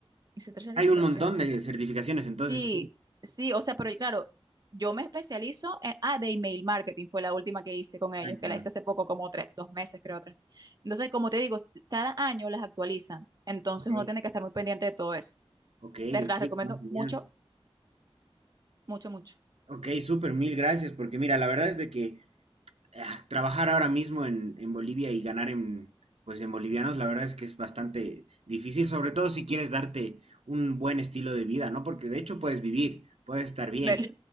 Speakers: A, on the right; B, on the right.
A: Hice tres certificaciones.
B: Hay un montón de certificaciones, entonces.
A: Sí, sí, o sea, pero claro, yo me especializo en, ah, de email marketing fue la última que hice con ellos,
B: Ah, ya.
A: que la hice hace poco, como tres, dos meses, creo, tres. Entonces, como te digo, cada año las actualizan, entonces
B: Ok,
A: uno tiene que estar muy pendiente de todo eso.
B: ok,
A: Te las
B: ok,
A: recomiendo
B: no, genial.
A: mucho, mucho, mucho.
B: Ok, súper, mil gracias, porque mira, la verdad es de que ah, trabajar ahora mismo en, en Bolivia y ganar en, pues en bolivianos, la verdad es que es bastante difícil, sobre todo si quieres darte un buen estilo de vida, ¿no? Porque de hecho puedes vivir, puedes estar bien,
A: Del-